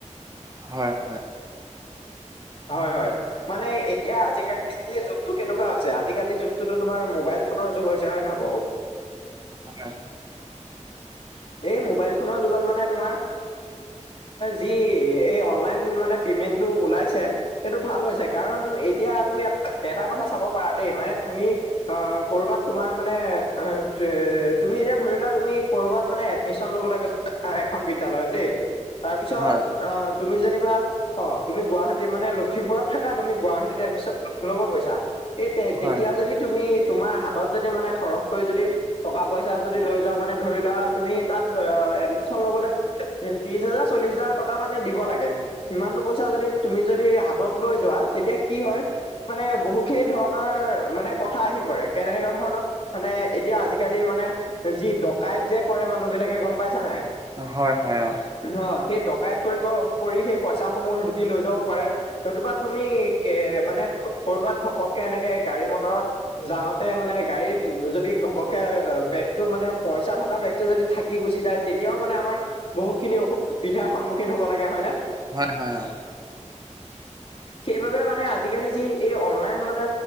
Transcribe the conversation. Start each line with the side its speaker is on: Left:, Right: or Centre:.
Right: হয় হয়।
Left: হয় হয়। মানে এতিয়া আজিকালি যুগটো কেনেকুৱা হৈছে, আজিকালি যুগটোতো তোমাৰ মোবাইল ফোনৰ যুগ হৈছে হয় নহয় বাও।
Right: হয়।
Left: এই মোবাইল ফোনৰ যুগত মানে তোমাৰ যি এই অনলাইন মানে পেমেন্টটো ওলাইছে সেইটো ভাল হৈছে কাৰণ এতিয়া তুমি এটা কথা চাব পাৰা দেই মানে তুমি অ কৰবাত তোমাৰ মানে অ এ তুমি এতিয়া ধৰি লোৱা তুমি কৰবাত মানে এডমিশ্যন লব গৈ এখন বিদ্যালয়ত দেই তাৰ পিছত
Right: হয়
Left: অ তুমি যেনিবা অ তুমি গুৱাহাটী মানে লখিমপুৰত থাকা তুমি গুৱাহাটীত এডমিশ্যন লব গৈছা। এই তে তেতিয়া
Right: হয়
Left: যদিত- তুমি তোমাৰ হাতত যদি মানে সৰহকৈ যদি টকা পইচা যদি লৈ যোৱা মানে ধৰি লোৱা তুমি তাত আ এডমিশ্যন ল'বলৈ ত্ৰিশ হাজাৰ চল্লিশ হাজাৰ টকা মানে দিব লাগে। সিমানটো পইচা যদি তুমি যদি হাতত লৈ যোৱা তেতিয়া কি হয়, মানে বহু খিনি ধৰণৰ মানে কথা আহি পৰে কেনেকুৱা ধৰণৰ মানে এতিয়া আজিকালি মানে যি ডকাইত যে কৰে মানুহ বিলাকে গম পাইছা নাই?
Right: অ, হয় -হয় অ।
Left: অহ, সেই ডকাউত কৰিব কৰি সেই পইচাসমূহ লুটি লৈ যাব পাৰে নতুবা তুমি কে মানে কৰবাত ঘপককে এনেকে গাড়ী মটৰত যাওঁতে মানে গাড়ীত যদি ঘবপকে <unintelligible> বেগটো মানে পইচা থকা বেগ টো যদি থাকি গুচি যায় তেতিয়াও মানে আমাৰ বহুতখিনি অসুবিধাৰ সন্মুখীন হব লাগে হয় নে?
Right: হয়- হয় অ,
Left: <inaudible> সেইবাবে মানে আজিকালি যি এই অনলাইন মানে